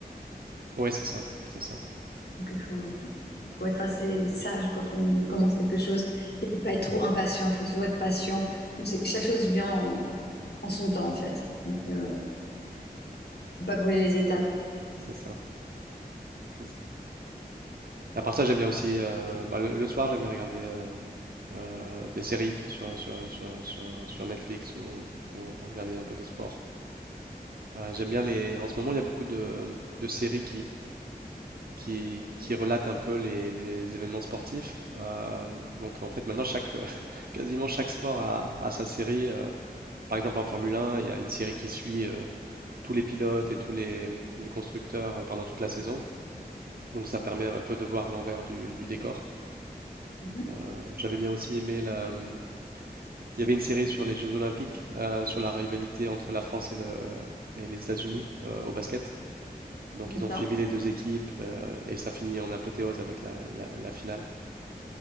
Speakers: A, on the right; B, on the left.
A: Ouais, c'est ça, c'est ça,
B: Donc il faut, faut être assez sage quand on commence quelque chose et pas être trop impatient. Il faut toujours être patient. Donc, c'est- chaque chose vient en, en son temps en fait. Donc euh, faut pas brûler les étapes.
A: c'est ça, c'est ça. à part ça, j'aime bien aussi, euh, bah, le, le soir, j'aime bien regarder euh, euh, des séries sur, sur, sur, sur, sur Netflix ou, ou regarder un peu de sport. Euh, j'aime bien les. En ce moment, il y a beaucoup de, de séries qui, qui relate un peu les, les événements sportifs. Euh, donc en fait, maintenant, chaque, <laughs> quasiment chaque sport a, a sa série. euh. par exemple, en Formule 1, il y a une série qui suit euh, tous les pilotes et tous les, les constructeurs euh, pendant toute la saison. Donc ça permet un peu de voir l'envers du, du décor.
B: Mhm.
A: Euh, j'avais bien aussi aimé la... hum, Il y avait une série sur les Jeux Olympiques, euh, sur la rivalité entre la France et, le, et les États-Unis euh, au basket. Donc
B: D'accord.
A: ils ont suivi les deux équipes euh, et ça finit en apothéose avec la, la- la finale.